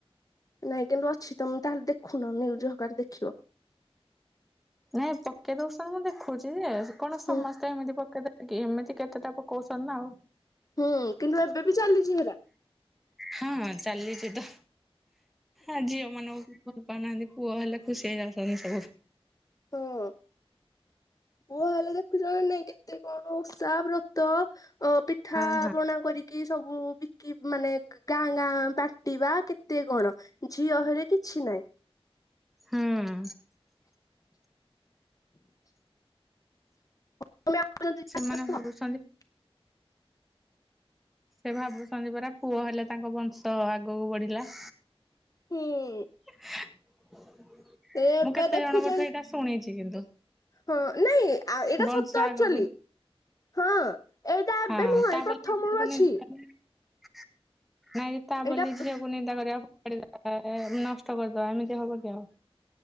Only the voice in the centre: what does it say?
ନାଇଁ ପକେଇ ଦଉସ ମୁଁ ଦେଖୁଛି ଯେ କଣ
ସମ ତ ଏମିତି ପକେଇଦ କି ଏମିତି କେତେଟା ପକଉଛନ୍ତି ନା ଆଉ।
ହଁ ଚାଲିଛି ତ ଆଜି ମାନଙ୍କୁ ଭଲ ପାଉନାହାନ୍ତି ପୁଅ ହେଲେ ଖୁସି ହେଇଯାଉଛନ୍ତି ସବୁ
ହଁ ହଁ
ହୁଁ
ସେମାନେ ଭାବୁଛନ୍ତି ସେ ଭାବୁଛନ୍ତି ପରା ପୁଅ ହେଲେ ତାଙ୍କ ବଂଶ ଆଗକୁ ବଢିଲା।
<inaudible>
ମୁଁ କେତେ
ଜଣଙ୍କଠୁ ଏଇଟା ଶୁଣିଛି କିନ୍ତୁ।
ବଂଶ
ଆଗକୁ
ହଁ
ତା
ବୋଲି
ନାଇଁ <unintelligible> ତା
ବୋଲି ଝିଅ। କୁ ନିନ୍ଦା କରିବା ନଷ୍ଟ କରିଦବା ଏମିତି ହବ କି ଆଉ।